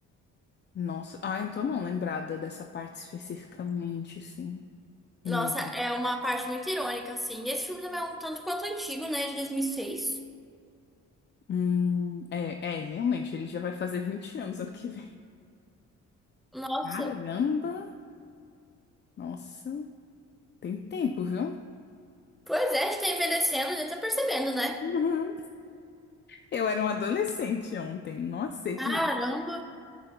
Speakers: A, on the left; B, in the centre.
A: Nossa, ah, então não lembrada dessa parte especificamente, assim. Não.
B: Nossa, é uma parte muito irônica, assim. Esse filme também é um tanto quanto antigo, né? De dois mil e seis
A: Hum, é, é, realmente, ele já vai fazer 20 anos ano que vem.
B: Nossa.
A: Caramba! Nossa, tem tempo, viu?
B: Pois é, a gente tá envelhecendo, a gente tá percebendo, né?
A: Uhum. Eu era um adolescente ontem, não aceito
B: Caramba.
A: isso.